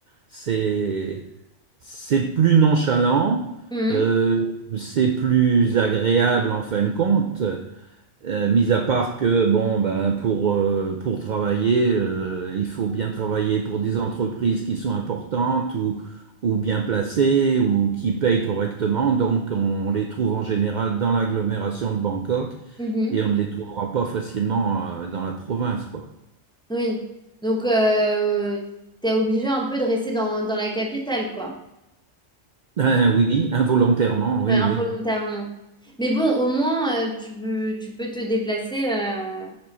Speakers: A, on the right; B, in the centre.
A: C'est c'est plus nonchalant,
B: mhm,
A: Mhm. euh, c'est plus agréable en fin de compte, euh, mis à part que bon ben pour euh, pour travailler, euh, il faut bien travailler pour des entreprises qui sont importantes ou ou bien placées ou qui payent correctement. Donc on les trouve en général dans l'agglomération de Bangkok
B: mhm.
A: et on ne les trouvera pas facilement euh, dans la province quoi.
B: Oui. Donc, tu es obligé un peu de rester dans, dans la capitale, quoi.
A: <laughs> Ben oui, involontairement, oui,
B: Ouais, involontairement.
A: oui.
B: Mais bon, au moins, euh, tu peux, tu peux te déplacer euh,